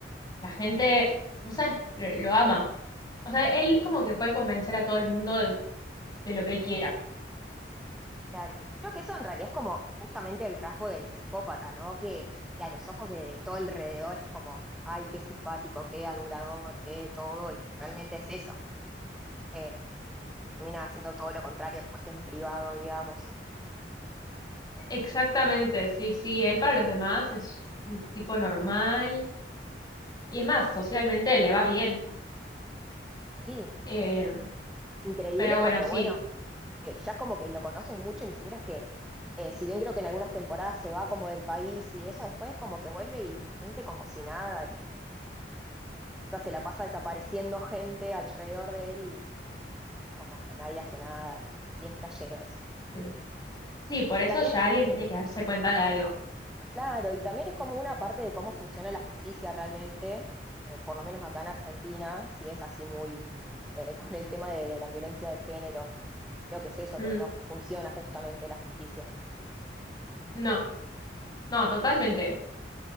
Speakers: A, on the left (about 25°); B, in the centre.
A: la gente, no sé, lo, lo ama. O sea, él como que puede convencer a todo el mundo de, de lo que él quiera.
B: Claro, creo que eso en realidad es como justamente el rasgo del psicópata, ¿no? Que, que a los ojos de, de todo alrededor es como, ay, qué simpático, qué adulador, qué todo, y realmente es eso. Eh, termina haciendo todo lo contrario después en privado, digamos.
A: Exactamente, sí, sí, él para los demás es un tipo normal y es más, socialmente le va bien.
B: Sí,
A: Eh,
B: increíble
A: pero bueno,
B: porque
A: sí.
B: bueno, eh, ya es como que lo conocen mucho, ni siquiera es que, eh, si bien creo que en algunas temporadas se va como del país y eso, después como que vuelve y la gente como si nada, y, o sea, se la pasa desapareciendo gente alrededor de él y como que nadie hace nada, es, sí es flashero eso.
A: sí. Sí, por eso
B: Y también,
A: ya alguien tiene que darse cuenta de algo.
B: claro, y también es como una parte de cómo funciona la justicia realmente, eh, por lo menos acá en Argentina, si es así muy eh, con el tema de, de la violencia de género, creo que es eso,
A: Mm,
B: que no funciona justamente la justicia.
A: no, no, totalmente.